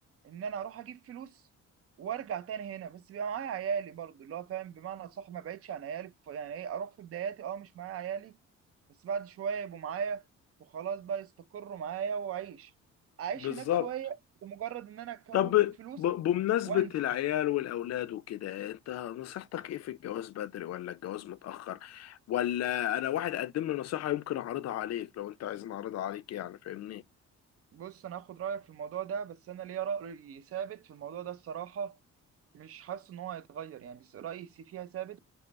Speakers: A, on the right; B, on the left.
A: ان انا اروح اجيب فلوس وارجع تاني هنا بس بيبقى معايا عيالي برضو اللي هو فاهم بمعنى صح ما بعيدش عن عيالي ف- يعني ايه اروح في بداياتي اه مش معايا عيالي بس بعد شويه يبقوا معايا وخلاص بقى يستقروا معايا واعيش اعيش
B: بالظبط
A: هناك شويه لمجرد ان انا اكون
B: طب
A: فلوس
B: ب- بمناسبة
A: وانزل
B: العيال والأولاد وكده أنت نصيحتك إيه في الجواز بدري ولا الجواز متأخر ولا أنا واحد قدم لي نصيحة يمكن أعرضها عليك لو أنت عايز أعرضها عليك يعني فاهمني
A: بص انا هاخد رايك في الموضوع ده بس انا ليا راي ثابت في الموضوع ده الصراحه مش حاسس ان هو هيتغير يعني رايي فيها ثابت